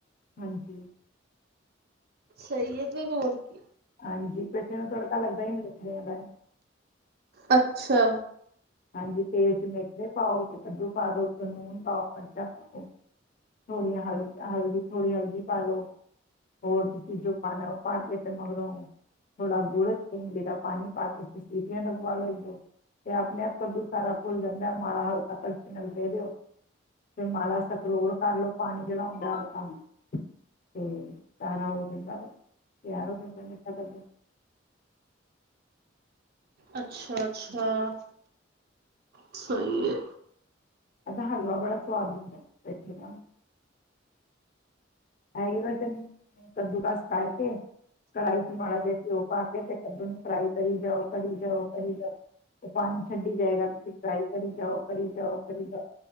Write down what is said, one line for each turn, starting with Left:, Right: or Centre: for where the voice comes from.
Left: ਹਾਂਜੀ।
Right: ਸਹੀ ਐ ਫਿਰ ਹੋਰ ਕੀ।
Left: ਹਾਂਜੀ, ਪੇਠੇ ਨੂੰ ਤੜਕਾ ਲੱਗਦਾ ਈ ਨੀਂ ਮੇਥੇਰਿਆਂ ਦਾ।
Right: ਅੱਛਾ।
Left: ਹਾਂਜੀ ਤੇਲ ਚ ਮੇਥਰੇ ਪਾਓ ਤੇ ਕੱਦੂ ਪਾ ਦੋ ਤੇ ਲੂਨ ਪਾਓ ਮਰਚਾਂ ਪਾਦੋ। ਥੋੜੀਆਂ ਹਲ ਹਲਦੀ ਥੋੜ੍ਹੀ ਹਲਦੀ ਪਾਲ ਲੋ। ਹੋਰ ਤੁਸੀਂ ਜੋ ਪਾਣਾ ਉਹ ਪਾ ਕੇ ਤੇ ਮਗਰੋਂ ਥੋੜ੍ਹਾ ਗੁੜ੍ਹ, ਥੋ ਇਮਲੀ ਦਾ ਪਾਣੀ ਪਾ ਕੇ ਤੁਸੀ ਸੀਟੀਆਂ ਲਗਵਾ ਲਓ ਦੋ ਅਤੇ ਆਪਣੇ ਆਪ ਕੱਦੂ ਸਾਰਾ ਘੁਲ ਜਾਂਦਾ ਮਾੜਾ ਹਲਕਾ ਕਲਛੀ ਨਾਲ ਫੈ ਦਿਓ। ਫਿਰ ਮਾੜਾ ਸਕਰੋਲ ਕਰ ਲੋ ਪਾਣੀ ਦੇ ਨਾਲ <unintelligible> ਤੇ ਸਾਰਾ ਹੋ ਜਾਂਦਾ ਵੇ ਤਿਆਰ ਹੋ ਜਾਂਦਾ ਮਿੱਠਾ ਕੱਦੂ।
Right: ਅੱਛਾ ਅੱਛਾ, ਸਹੀ ਐ।
Left: ਐਦਾ ਹਲਵਾ ਬੜਾ ਸੁਆਦ ਬਣਦਾ, ਪੇਠੇ ਦਾ। <unintelligible> ਕੱਦੂ ਕਸ ਕਰ ਕੇ ਕੜਾਹੀ ਚ ਮਾੜਾ ਜਿਹਾ ਘਿਓ ਪਾ ਕੇ ਤੇ ਕੱਦੂ ਨੂੰ ਫਰਾਈ ਕਰੀ ਜਾਓ, ਕਰੀ ਜਾਓ, ਕਰੀ ਜਾਓ। ਤੇ ਪਾਣੀ ਛੱਡੀ ਜਾਏਗਾ ਤੁਸੀਂ ਟਰਾਈ ਕਰੀ ਜਾਓ ਕਰੀ ਜਾਓ ਕਰੀ ਜਾਓ।